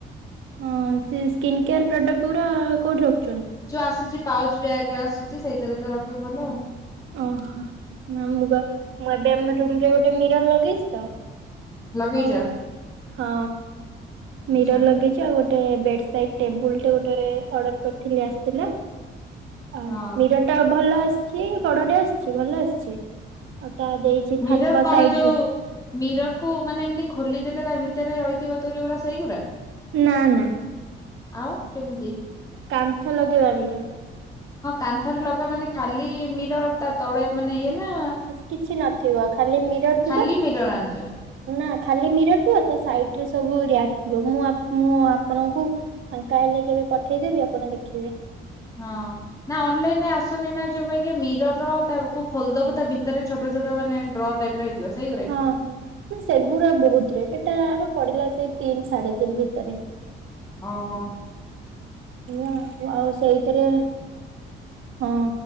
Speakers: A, on the right; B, on the left.
A: ହଁ ସେ ସ୍କିନ୍ କେୟାର ପ୍ରଡକ୍ଟ ପୁରା କୋଉଠି ରଖଛି।
B: ଯୋଉ ଆସୁଛି। ପାଉଚ ବ୍ୟାଗରେ ଆସୁଛି ସେଇଥିରେ ତ ରଖିବୁ ଭଲ ଆଉ।
A: ଓହୋ ମୁ ମୁଁ ଏବେ ଆମ ରୁମରେ ଗୋଟେ ମିରର ଲଗେଇଛି ତ।
B: ଲଗେଇଛ?
A: ଆଉ ହଁ
B: ଆଚ୍ଛା
A: ମିରର ଲଗେଇଛି ଆଉ ଗୋଟେ ବେ ସେଇ ଟେବୁଲରେ ଗୋଟ ଅଡର କରିଥିଲି ଆସିଥିଲା। ହ
B: ହଁ
A: ମୀରର ଟା ଭଲ ଅଛି। ସେ ବଡଟେ ଆସିଛି ଭଲ ଆସିଛି ଆଉ। ତା ଦେଇଛି
B: ମିରର୍
A: ଥାକ
B: କଣ
A: ସାଇଡ
B: ଯୋଉ
A: ରେ
B: ମିରର୍ କୁ ମାନେ ଏମିତି ଖୋଲିଦେଲେ ତା ଭିତରେ ରହିଥିବ ତ ଯୋଉଗା ସେଇଗୁୁରା
A: ନା ନା।
B: ଆଉ କେମିତି
A: କାନ୍ଥ ଲଗେଇବାମର।
B: ହଁ କାନ୍ଥରେ ଲଗା ମାନେ ଖାଲି ର ତା ତଳେ ମାନେ ଇଏ ନା
A: କିଛି ନଥିବ ଖାଲି ମିରର ଥିବ।
B: ଖାଲି ମିରର ଆଣିଛ।
A: ନା ଖାଲି ମିରର ଥିବ ତା ସାଇଟ ରେ ସବୁ ରିଆଟ ଥିବା ମୁଁ ଆପଣଙ୍କୁ ଫାଙ୍କା ହେଲେ କେବେ ପଠେଇଦବି ଆପଣ ଦେଖିବେ।
B: ହଁ ନା ଅନଲାଇନରେ ଆସୁନି ନା ଯୋଉ ପାଇଁ ମିରରର ତାକୁ ଖୋଲିଦବୁ ତା ଭିତରେ ଛୋଟ ଛୋଟ ମାନେ ଡ୍ର ଟାଇପ ର ହେଇଥିବ। ସେଇଗୁରା କି?
A: ହଁ ହଁ ସେଗୁଡା ବହୁତ ରେ ସେଟା ଆମେ ପଡିଲା ସେଇ ତିନି ସାଢେ ତିନି ଭିତରେ
B: ଓ ହୋ
A: ଆଆ ଆଉ ସେଇଥିରେ ହଁ।